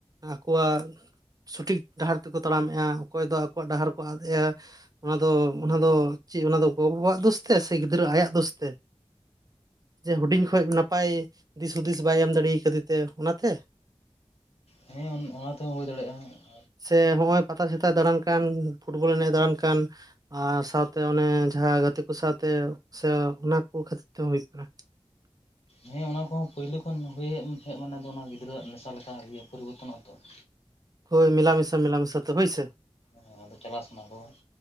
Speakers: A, on the right (about 40°); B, on the left (about 75°).
A: ᱟᱠᱚᱣᱟᱜ ᱥᱚᱴᱷᱤᱠ ᱰᱟᱦᱟᱨ ᱛᱮᱠᱚ ᱛᱟᱲᱟᱢᱮᱜᱼᱟ ᱚᱠᱚᱭ ᱫᱚ ᱟᱠᱚᱣᱟᱜ ᱰᱟᱦᱟᱨ ᱠᱚ ᱟᱫ ᱮᱼᱟ ᱾ ᱚᱱᱟ ᱫᱚ ᱚᱱᱟ ᱫᱚ ᱪᱮᱜ ᱚᱱᱟᱫᱚ ᱜᱚ ᱵᱟᱵᱟᱣᱟᱜ ᱫᱳᱥ ᱛᱮ ᱥᱮ ᱜᱤᱫᱽᱨᱟᱹ ᱟᱭᱟᱜ ᱫᱳᱥ ᱛᱮ ᱡᱮ ᱦᱩᱰᱤᱧ ᱠᱷᱚᱡ ᱱᱟᱯᱟᱭ ᱫᱤᱥ-ᱦᱩᱫᱤᱥ ᱵᱟᱭ ᱮᱢ ᱫᱟᱲᱮᱭ ᱠᱟᱫᱮ ᱛᱮ ᱚᱱᱟᱛᱮ?
B: ᱦᱮᱸ ᱚᱱ ᱚᱱᱟ ᱛᱮᱦᱚᱸ ᱦᱳᱭ ᱫᱟᱲᱮᱜᱼᱟ ᱾
A: ᱥᱮ ᱦᱚᱸᱜᱼᱚᱭ ᱯᱟᱛᱟ ᱪᱷᱟᱛᱟᱭ ᱫᱟᱬᱟᱱ ᱠᱟᱱ ᱯᱷᱩᱴᱵᱚᱞ ᱮᱱᱮᱡ ᱮ ᱫᱟᱬᱟᱱ ᱠᱟᱱ ᱟᱨ ᱥᱟᱶᱛᱮ ᱚᱱᱮ ᱡᱟᱦᱟᱸ ᱜᱟᱛᱮ ᱠᱚ ᱥᱟᱶᱛᱮ ᱥᱮ ᱚᱱᱟᱠᱚ ᱠᱷᱟᱹᱛᱤᱨ ᱛᱮᱦᱚᱸ ᱦᱩᱭᱩᱜ ᱠᱟᱱᱟ ᱾ <inaudible>
B: ᱦᱮᱸ ᱚᱱᱟ ᱠᱚᱦᱚᱸ ᱯᱳᱭᱞᱳ ᱠᱷᱚᱱ ᱦᱩᱭᱮᱡ ᱢᱟᱱᱮ ᱫᱚ ᱚᱱᱟ ᱜᱤᱫᱽᱨᱟᱹᱣᱟᱜ ᱱᱮᱥᱟ ᱞᱮᱠᱟ ᱤᱭᱟᱹ ᱯᱚᱨᱤᱵᱚᱨᱛᱚᱱᱚᱜ ᱟ-ᱛᱚ ᱾
A: ᱦᱳᱭ ᱢᱮᱞᱟ ᱢᱮᱥᱟ ᱢᱮᱞᱟ ᱢᱮᱥᱟ ᱛᱮ ᱦᱳᱭ ᱥᱮ?
B: ᱦᱮᱸ ᱟᱫᱚ ᱪᱟᱞᱟᱜ ᱥᱟᱱᱟ ᱠᱚᱣᱟ ᱾